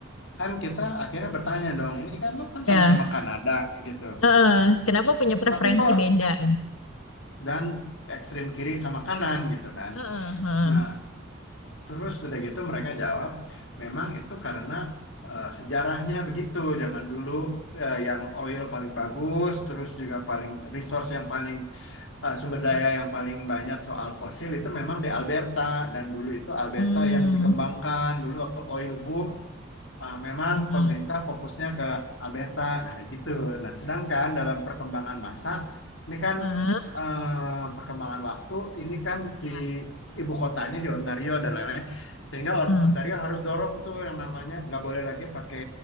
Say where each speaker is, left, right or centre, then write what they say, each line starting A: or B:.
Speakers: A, on the left; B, on the left.
A: kan kita akhirnya bertanya dong, ini kan lu kan
B: Ya.
A: sama-sama Kanada gitu.
B: Heeh. Kenapa punya preferensi
A: Tapi kok
B: beda?
A: dan ekstrem kiri sama kanan gitu kan.
B: Heeh, heeh,
A: Nah, terus sudah gitu mereka jawab, memang itu karena eh, sejarahnya begitu. Zaman dulu eh, yang oil paling bagus, terus juga paling resource yang paling eh, sumber daya
B: heeh.
A: yang paling banyak soal fosil itu memang di Alberta dan dulu itu Alberta
B: Hmm,
A: yang dikembangkan dulu waktu oil boom. Ah, memang
B: heeh,
A: pemerintah fokusnya ke Alberta, nah kayak gitu. Nah, sedangkan dalam perkembangan masa, ini kan
B: heeh,
A: eh, perkembangan waktu, ini kan
B: ya.
A: si ibu kotanya di Ontario dan lain-lain, sehingga On-
B: Hmm.
A: Ontario harus dorong tuh yang namanya nggak boleh lagi pakai